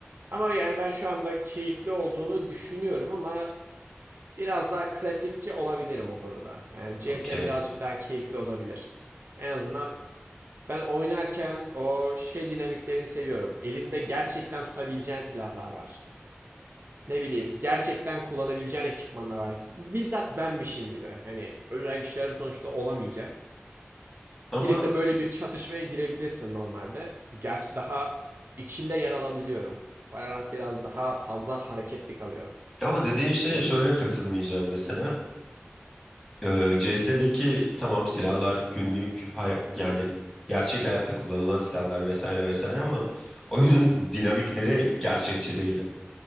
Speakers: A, on the right (about 55°); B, in the centre.
A: Ama yani ben şu anda keyifli olduğunu düşünüyorum ama biraz daha klasikçi olabilirim o konuda. Yani
B: <laughs>
A: C
B: Okey.
A: S birazcık daha keyifli olabilir. En azından ben oynarken o şey dinamiklerini seviyorum. Elinde gerçekten tutabileceğin silahlar var. Ne bileyim gerçekten kullanabileceğin ekipmanlar var. Bizzat benmişim gibi. Hani özel güçlerim sonuçta olamayacak.
B: Ama
A: Girip de böyle bir çatışmaya girebilirsin normalde. Gerçi daha içinde yer alabiliyorum. Valorant biraz daha fazla hareketli kalıyor.
B: ama dediğin şeye
A: Ve
B: şöyle
A: süper.
B: katılmayacağım mesela. Ee, C S'deki tamam silahlar günlük hay- yani gerçek hayatta kullanılan silahlar vesaire vesaire ama oyunun dinamikleri gerçekçi değil.